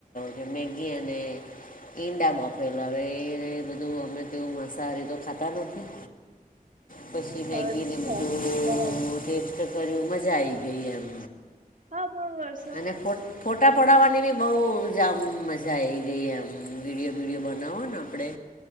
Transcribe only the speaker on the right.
અચ્છા
બરાબર
હા, પડે વરસાદ.